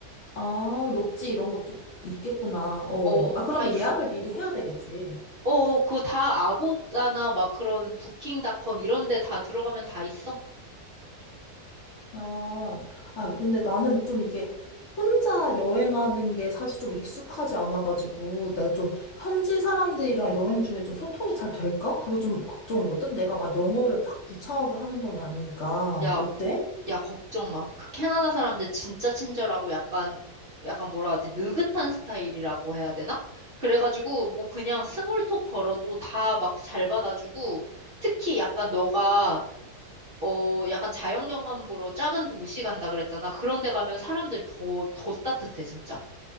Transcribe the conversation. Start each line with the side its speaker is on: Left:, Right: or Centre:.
Left: 아, 롯지 이런 것도 있- 있겠구나. 어.
Right: 어,
Left: 아, 그러면
Right: 다 있어.
Left: 예약을 미리 해야 되겠지.
Right: 어, 어, 그거 다 아고다나 막 그런 부킹닷컴 이런 데 다 들어가면 다 있어.
Left: 아, 아, 근데 나는 좀 이게 혼자 여행하는 게 사실 좀 익숙하지 않아가지고, 내가 좀 현지 사람들이랑 여행 중에 좀 소통이 잘 될까? 그거 좀 걱정이거든? 내가 막 영어를 막 유창하게 하는 건 아니니까.
Right: 야,
Left: 어때?
Right: 야, 걱정 마. 그 캐나다 사람들 진짜 친절하고 약간, 약간 뭐라 하지? 느긋한 스타일이라고 해야 되나? 그래가지고, 뭐 그냥 스몰톡 걸어도 다 막 잘 받아주고, 특히 약간 너가, 어, 약간 자연경관 보러 작은 도시 간다 그랬잖아. 그런 데 가면 사람들 더, 더 따뜻해, 진짜.